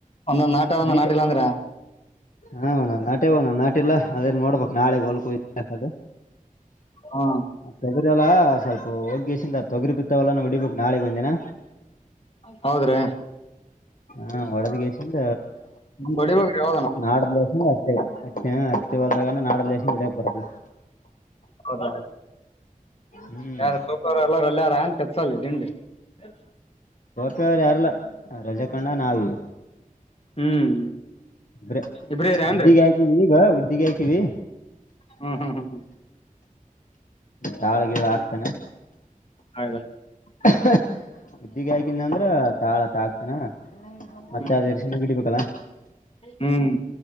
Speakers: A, on the left (about 45°); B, on the left (about 65°).
A: ಒಂದೊಂದ್ ನಾಟ ಒಂದ್
B: ನಿ
A: ನಾಟಿಲ್ಲ ಅಂದ್ರ
B: ಹಣ ನಾಟೆ ಹಣ ನಾಟ ಟಲ ಅದೇ ನೋಡ್ಬೇಕಕ್ ನಾಳೆ ಹ ಹೊಲ್ಕದು
A: ಹಾ
B: ತಗರಿ ಅಲ್ಲ ಸ್ವಲ್ಪ ಒ ಿಂದ ತೊಗರಿ ಬಿತ್ತವಲ್ಲ ನ ಬಿಡಿಬೇಕು ನಾಳೆಗೆ ಒಂದಿನ
A: ಹೌದ್ರೀ,
B: ಹಾ ಒಡದ್ಗಸಂದ
A: ಹೊಡಿಬೇಕ್ರಿ ಯಾವ್ದನ
B: ನಾಡೇಶಂದ ಅಟ್ಟೆ ಅಟ್ಟೆ ಅತ್ತೆ ಹೊಲ್ದಾಗ ನಾಡಸ ಬಿಡ ಬ
A: ಹೌದ,
B: ಹ್ಮ್
A: ಯಾರು ಸೂಪರ್ ಎಲ್ಲಾರ ಎಲ್ಲಾರು ಅನ್ ಸಲ ದಿಂಡೆ <unintelligible>
B: ಸರ್ ಯಾರಿಲ್ಲ ರಜಾಕಣ ನಾವಿಲ್ಲ
A: ಹ್ಮ್
B: ಸರಿ
A: ಇಬ್ರೇ ಇರಿ ಏನ್ರಿ
B: ಈಗ ಅಕಿಗೆ ಈಗ ಗೇಳ್ತೀವಿ
A: ಹ್ಮ್ ಹ್ಮ್ ಹ್ಮ್ ಹ್ಮ್
B: ತಾಳ ಗಿಳ ಆಗ್ತಾನೆ
A: ಹೌದಾ
B: ಹ <unintelligible> ಈಗೆ ಹಾಕಿದೆ ಅಂದ್ರ ತಾಳತ್ತ ಹಾಕ್ತೇನಾ ಮತ್ತೆ
A: ಹ್ಮ್
B: ಅದ ಎರ್ಸಿಂಡಿ ಗಿಡಿಬೇಕಲ್ಲ
A: ಹ್ಮ್